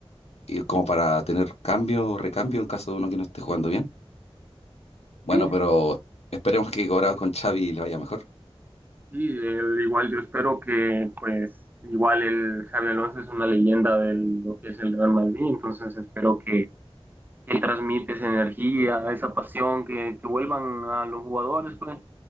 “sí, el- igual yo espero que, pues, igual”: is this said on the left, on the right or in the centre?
Right